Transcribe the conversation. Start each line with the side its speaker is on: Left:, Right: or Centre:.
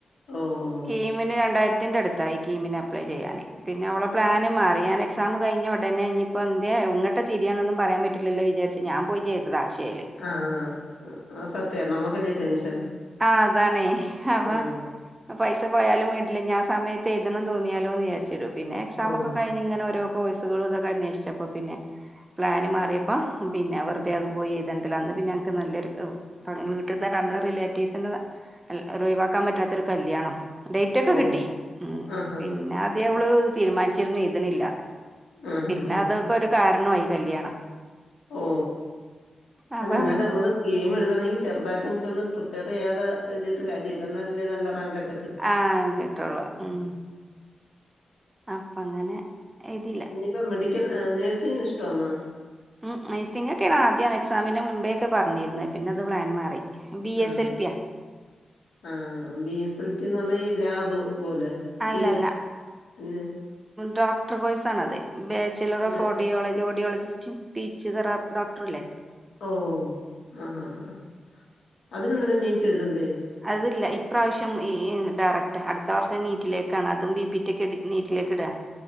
Left: ഓ ഓ
Right: കീമിന് രണ്ടായിരത്തിന്റെ അടുത്തായി കീമിന് അപ്ലൈ ചെയ്യാന് പിന്നെ അവളെ പ്ലാനും മാറി ഞാന് എക്സാം കഴിഞ്ഞത് ഉടനെ ഇനി ഇപ്പോ എന്തെഎങ്ങട്ടെ തി രിയാനൊന്നുംപറയാൻ പറ്റില്ലല്ലോ വിചാരിച്ച് ഞാൻ പോയി ചെയ്തതാ അക്ഷയില്
Left: ആഹ് സത്യ നമ്മുക്കല്ലേ ടെൻഷൻ
Right: ആ അതാണെ അപ്പ
Left: ആഹ്.
Right: പൈസ പോയാലും വേണ്ടില്ല ആ സമയത്ത്എഴുതണെന്ന് തോന്നിയാലോ എന്ന് വിചരിച്ചുള്ളു പിന്നെ എക്സാം
Left: ഓഹ്.
Right: ഒക്കെ കഴി ഞ്ഞ് ഇങ്ങനെ ഓരോ കോസ്സുകൾ ഇതൊക്കെ അനോഷിച്ചപ്പൊ പിന്നെ പ്ലാന് മാറിയപ്പോം പിന്നെ വെറുതെ അത് പോയിഎഴുതേണ്ടല്ലോ അന്ന് പിന്നെ ഞങ്ങക്ക് നല്ലൊരു ഒ അങ്ങേ വീട്ടിൽ ത്തെ നമ്മള റിലേറ്റീവ്സിന്റെ ഒഴിവാക്കാൻ പറ്റാത്തൊരു കല്യാണാ ഡെയ്റ്റ് ഒക്കെ
Left: ഓഹ്.
Right: കിട്ടി ഉ
Left: ആഹാ.
Right: പിന്നെ ആദ്യ അവള് തീരുമാനിച്ചിരുന്നു എഴുതണില്ലാന്ന്
Left: ആഹാഹാ.
Right: പിന്നെ അതൊക്കെ ഒരു കാരണമായി കല്യാണം
Left: ഓ
Right: അപ്പൊ
Left: അല്ല എന്നാലുംനമ്മള്
Right: പിൻ
Left: ഗെയിം എഴുതണെങ്കിൽ ചെറുതായിട്ട്ട്ടെങ്കിലും പ്രപ്പയർ ചെയ്യാതെഴുതിട്ട് കാര്യമില്ല നല്ല റാങ് ഒക്കെ
Right: ആഹ് കിട്ടുള്ളൂ ഉം അപ്പ അങ്ങനെ എഴുതില്ല
Left: ഇപ്പ മെഡിക്കൽ നേഴ്സിങ്ങിന്ഷ്ടണോ
Right: ഉം നഴ്സിംഗ് ഒക്കെയാണ് ആദ്യം എക്സാമിന്റെ മുമ്പൊക്കെ പറഞ്ഞിരുന്നേപിന്നെ അത് പ്ലാൻ മാറി ബി
Left: ആഹ്.
Right: എസ് എൽപിയ
Left: ആഹ് ബി എസ് എൽ സിന്ന് പറഞ്ഞ ലാബ് പോലെ
Right: അല്ലല്ല
Left: ഡി എസ് ന്
Right: ഡോക്ടർ കോഴ്സ് ആണ് അത് ബാച്ചലർ
Left: ഇല്ല
Right: ഓഫ് ഓർഡിയോളജി ഓഡിയോളജിസ്റ്റ് ഇൻ സ്പീച്ച് തെറാ ഡോ ക്ടർല്ലേ
Left: ഓ ആ ആഹാ അതിനെന്നേരം നീറ്റ് എഴുതണ്ടേ
Right: അത് ഇല്ല ഇപ്രാവശ്യം ഈ ഡയറക്റ്റ് അടുത്ത വർഷം നീറ്റിലേക്കാണ് അതും ബിപറ്റ ഒക്കെ ഇ നീറ്റിലേക്ക് ഇട